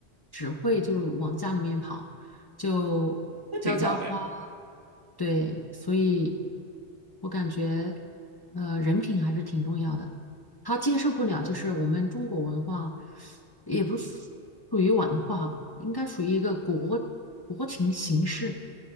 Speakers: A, on the left (about 25°); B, on the right (about 80°).
A: 只会就往家里面跑，就浇浇花，
B: 那挺好的呀
A: 对，所以我感觉，呃，人品还是挺重要的。他接受不了，就是我们中国文化，也不属属于文化吧，应该属于一个国国情形式，